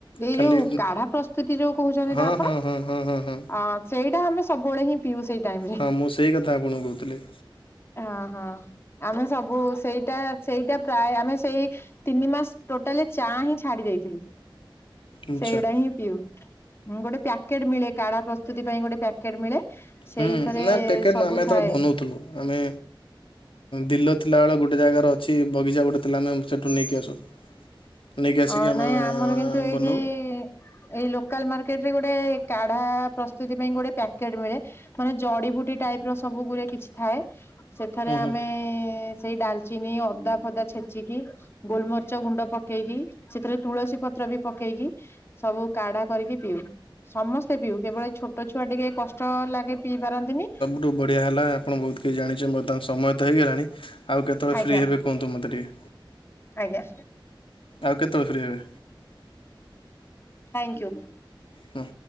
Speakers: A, on the left; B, on the left.
A: ଏଇ
B: ଖାଲି
A: ଯୋଉ କାଢା ପ୍ରସ୍ତୁତି ଯୋଉ କହୁଛନ୍ତି
B: ହଁ
A: ତ ଆପଣ।
B: ହଁ ହଁ ହଁ ହଁ ହଁ
A: ଅ ସେଇଟା ଆମେ ସବୁବେଳେ ହିଁ ପିଉ ସେଇ ଟାଇମରେ।
B: ହଁ ମୁଁ ସେଇ କଥା ଆପଣଙ୍କୁ କହୁଥିଲି।
A: ହଁ ହଁ ଆମେ ସବୁ ସେଇଟା ସେଇଟା ପ୍ରାୟ ଆମେ ସେଇ ତିନି ମାସ ଟୋଟାଲି ଚା ହିଁ ଛାଡି ଦେଇଥିଲୁ।
B: ମିଛ।
A: ସେଇଗଡା ହିଁ ପିଉ ଗୋଟେ ପ୍ୟାକେଟ ମିଳେ କାଢା ପ୍ରସ୍ତୁତି ପାଇଁ ଗୋଟେ ପ୍ୟାକେଟ ମିଳେ। ସେଇଥିରେ
B: ହୁଁ ନା ପ୍ୟାକେଟ
A: ସବୁ
B: ନୁହଁ ଆମେ ଯେତେବେଳେ
A: ଥାଏ
B: ବନଉଥିଲୁ ଆମେ। ଦିଲ ଥିଲାବେଳେ ଗୋଟେ ଜାଗାର ଅଛି ବଗିଚା ଗୋଟେ ଥିଲା ଆମେ ସେଇଠୁ ନେଇକି ଆସୁ ନେଇକି ଆସିକି
A: ହ
B: ଆମେ
A: ନାଇଁ
B: ଆଁ,
A: ଆମର କିନ୍ତୁ ଏଇଠି
B: ବନଉ
A: ଏଇ ଲୋକାଲ ମାର୍କେଟ ରେ ଗୋଟେ କାଢା ପ୍ରସ୍ତୁତି ପାଇଁ ଗୋଟେ ପ୍ୟାକେଟ ମିଳେ। ମାନେ ଜଡି ବୁଟି ଟାଇପର ସବୁ ଗୁରେ କିଛି ଥାଏ। ସେଥିରେ
B: ହୁଁ
A: ଆମେ
B: ହୁଁ
A: ସେଇ ଡାଲଚିନି ଅଦା ଫଦା ଛେଚିକି। ଗୋଲମରିଚ୍ଚ ଗୁଣ୍ଡ ପକେଇକି ସେଥିରେ ତୁଳସୀ ପତ୍ର ବି ପକେଇକି ସବୁ କାଢା କରିକି ପିଉ ସମସ୍ତ ସେ ପିଉ କେବଳ ଛୋଟ ଛୁଆ ଟିକେ କଷ୍ଟ ଲାଗେ ପିଇ ପାରନ୍ତିନି।
B: ରୁ ବଢ଼ିଆ ହେଲା ଆପଣ ବହୁତ କିଛି ଜାଣିଛେ ମୋ ତାଙ୍କ ସମୟ ତ ହେଇଗଲାଣି। ଆଉ କେତେବେଳେ
A: ଆଜ୍ଞା
B: ଫ୍ରି ହେବେ କୁହନ୍ତୁ ମୋତେ ଟିକେ
A: ଆଜ୍ଞା
B: ଆଉ କେତେବେଳେ ଫ୍ରି ହେବେ?
A: ଥ୍ୟାଙ୍କୟୁ।
B: ହଁ।